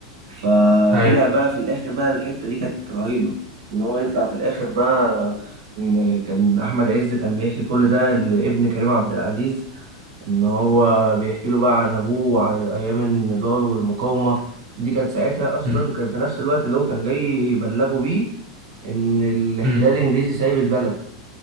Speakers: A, on the right; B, on the right.
A: فطلع
B: ايوه
A: بقى في الاخر بقى الحته دي كانت رهيبه ان هو يطلع في الاخر بقى ان كان احمد عز كان بيحكي كل ده لابن كريم عبد العزيز ان هو بيحكي له بقى عن ابوه وعن ايام النضال والمقاومه دي كانت ساعتها اصلا
B: مم.
A: كان في نفس الوقت اللي هو كان جاي يبلغه بيه ان الاحتلال
B: مم.
A: الانجليزي سايب البلد